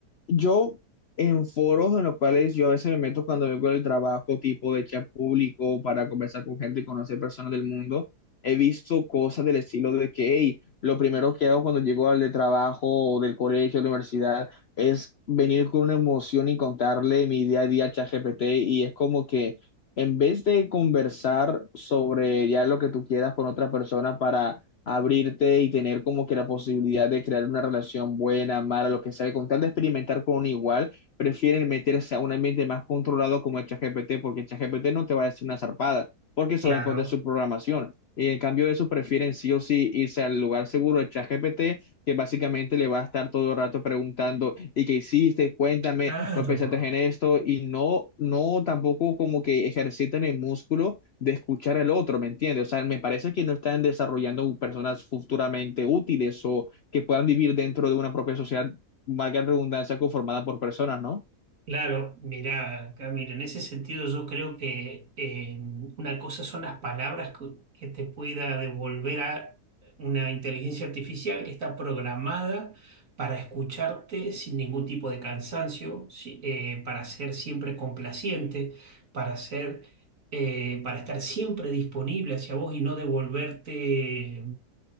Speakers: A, on the left; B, on the right.
A: yo en foros en los cuales yo a veces me meto cuando vengo del trabajo, tipo de chat público, para conversar con gente y conocer personas del mundo, he visto cosas del estilo de que, hey, lo primero que hago cuando llego al de trabajo o del colegio, de la universidad, es venir con una emoción y contarle mi día a día al ChatGPT. Y es como que... En vez de conversar sobre ya lo que tú quieras con otra persona para abrirte y tener como que la posibilidad de crear una relación buena, mala, lo que sea, con tal de experimentar con un igual, prefieren meterse a un ambiente más controlado como el ChatGPT, porque el ChatGPT no te va a decir una zarpada, porque se
B: Claro,
A: va a encontrar su programación. Y en cambio de eso, prefieren sí o sí irse al lugar seguro del ChatGPT que básicamente le va a estar todo el rato preguntando, ¿y qué hiciste? Cuéntame,
B: claro.
A: ¿no pensaste en esto? Y no, no tampoco como que ejercitan el músculo de escuchar al otro, ¿me entiendes? O sea, me parece que no están desarrollando personas futuramente útiles o que puedan vivir dentro de una propia sociedad, valga la redundancia, conformada por personas, ¿no?
B: Claro, mirá, Camilo, en ese sentido yo creo que eh, una cosa son las palabras que, que te pueda devolver a una inteligencia artificial que está programada para escucharte sin ningún tipo de cansancio, si- eh, para ser siempre complaciente, para ser, eh, para estar siempre disponible hacia vos y no devolverte